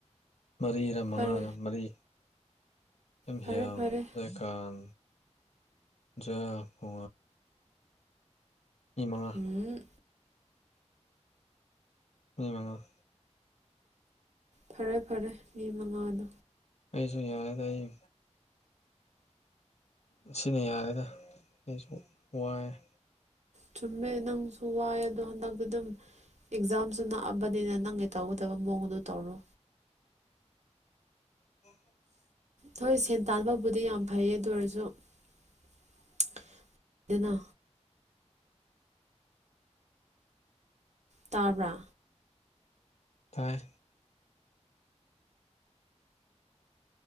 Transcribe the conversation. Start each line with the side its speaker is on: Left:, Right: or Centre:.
Left: ꯃꯔꯤꯔ ꯃꯉꯥꯅ
Right: ꯐꯔꯦ
Left: ꯃꯔꯤ ꯁ
Right: ꯐꯔꯦ
Left: ꯍ
Right: ꯐꯔꯦ
Left: ꯀꯥꯟ ꯆꯦꯄ ꯃꯤ ꯃꯉꯥ
Right: ꯎꯝ
Left: ꯍꯃꯉꯣ
Right: ꯐꯔꯦ ꯐꯔꯦ ꯃꯤ ꯃꯉꯥꯗꯣ
Left: ꯑꯩꯁꯨꯨꯏ ꯌꯥꯦ ꯇ ꯑꯩ ꯑꯁꯤꯅ ꯌꯥꯔꯦꯗ ꯑꯩꯁꯨ ꯋꯥꯏꯔꯦ
Right: ꯆꯨꯝꯃꯦ ꯅꯪꯁꯨ ꯋꯥꯏ ꯑꯗꯣ ꯍꯟꯗꯛꯇ ꯑꯗꯨꯝ ꯑꯦꯛꯖꯥꯝꯁꯨ ꯅꯛꯑꯕꯅꯤꯅ ꯅꯪꯒꯤ ꯇꯧꯒꯗꯕ ꯃꯑꯣꯡꯗ ꯇꯧꯔꯣ
Left: ꯑꯣ
Right: ꯍꯣꯏ ꯁꯦꯟ ꯇꯥꯟꯕꯕꯨꯗꯤ ꯌꯥꯝ ꯐꯩꯌꯦ ꯑꯗꯨ ꯑꯣꯏꯔꯁꯨꯗꯅ ꯇꯥꯕ꯭ꯔꯥ
Left: ꯇꯥꯏ